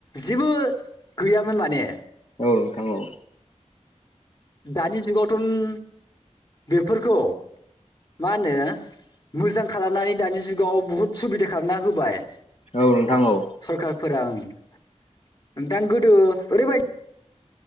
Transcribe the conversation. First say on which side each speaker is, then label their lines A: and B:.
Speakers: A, on the left (about 35°); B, on the left (about 55°).
A: जेबो गैयामोन माने
B: औ नोंथां औ
A: दानि जुगावथ' बेफोरखौ मा होनो मोजां खालामनानै दानि जुगाव बुहुद सुबिदा खालामना होबाय
B: औ नोंथां औ
A: सरखारफोरा नोंथां गोदो ओरैबायदि